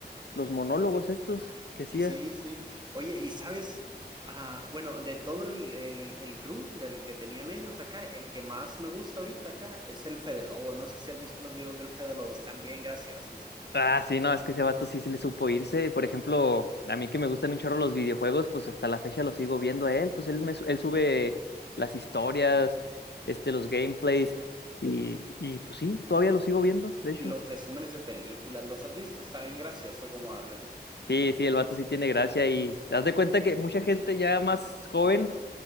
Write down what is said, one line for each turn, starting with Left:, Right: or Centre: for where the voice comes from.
Left: los monólogos estos que hacía.
Right: Sí, sí. Oye, y sabes, ah, bueno, de todo el, el, el crew del que tenían ellos acá, el que más me gusta ahorita acá es el Fede Lobo. No sé si has visto los videos del Fede Lobo, están bien graciosos.
Left: Ah, sí, no, es que ese vato sí se le supo irse. Por ejemplo, a mí que me gustan un chorro los videojuegos, pues hasta la fecha lo sigo viendo a él. Pues él, me, su- él sube las historias, este, los gameplays, y, y pues sí, todavía lo sigo viendo, de hecho.
Right: Y los resúmenes de películas, ¿los has visto? Está bien gracioso como habla.
Left: Sí, sí, el vato sí tiene gracia y haz de cuenta que mucha gente ya más joven